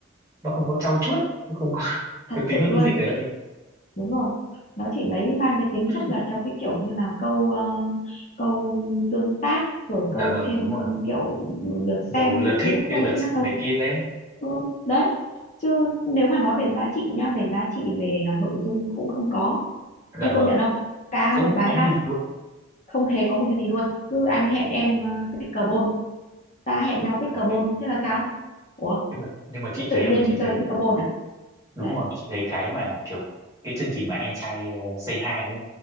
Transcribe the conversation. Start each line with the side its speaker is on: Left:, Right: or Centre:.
Right: nó không có trau chuốt nó không có <laughs>
Left: thật
Right: nó tính
Left: sự luôn
Right: logic ở đây
Left: đúng rồi nó chỉ lấy mang cái tính
Right: <clears throat>
Left: chất là theo cái kiểu như là câu ờ, câu tương tác rồi
Right: dạ
Left: câu
Right: vâng
Left: thêm
Right: đúng rồi
Left: kiểu lượt
Right: nhiều
Left: xem
Right: lượt
Left: các
Right: thích
Left: thứ
Right: cái
Left: thôi
Right: lượt
Left: chứ
Right: xem
Left: nó đâu
Right: này kia đấy
Left: ừ, đấy chứ nếu mà nói về giá trị nha về giá trị về à, nội dung cũng không có em
Right: dạ vâng
Left: công nhận không cả
Right: không
Left: một bài
Right: có
Left: hát
Right: một cái gì luôn
Left: không hề có một cái gì luôn cứ anh hẹn em uh, pickleball ta hẹn
Right: đúng
Left: nhau pickleball
Right: rồi
Left: thế là sao ủa
Right: nhưng mà nhưng mà chị
Left: thế
Right: thấy
Left: tự nhiên
Right: không chị
Left: đi
Right: thấy
Left: chơi pickleball à
Right: đúng
Left: đấy
Right: rồi chị thấy cái mà kiểu cái chương trình mà anh trai ờ, Say Hi ấy,